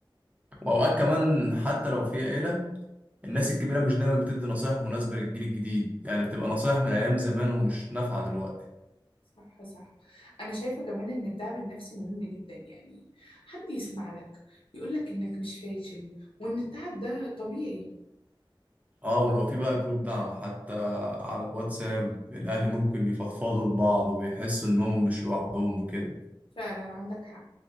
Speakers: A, on the right (about 15°); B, on the left (about 90°).
A: واوقات كمان حتى لو في عيله الناس
B: ايوه
A: الكبيره مش دايما بتدي نصايح مناسبه للجيل الجديد يعني بتبقى نصايح من ايام زمان ومش نافعه دلوقتي
B: صح صح انا شايفه كمان ان الدعم النفسي مهم جدا يعني حد يسمع لك يقول لك انك مش فاشل وان التعب ده طبيعي
A: اه ولو في بقى جروب دعم حتى على الواتساب الاهل ممكن يفضفضوا لبعض ويحسوا انهم مش لوحدهم وكده
B: فعلا عندك حق